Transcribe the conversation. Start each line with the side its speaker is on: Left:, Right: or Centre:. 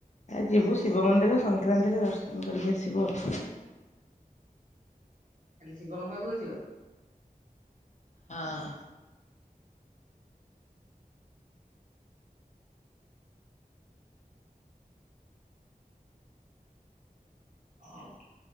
Left: ଆ ଯିବୁ ଶିବ ମନ୍ଦିର ସଂକ୍ରାନ୍ତିରେ ଦର୍ଶନ କରିକି ଆସିବୁ ଆଉ।
Right: ଖାଲି ଶିବଙ୍କ ପାଖକୁ ଯିବ।
Left: ହଁ।
Right: <unintelligible>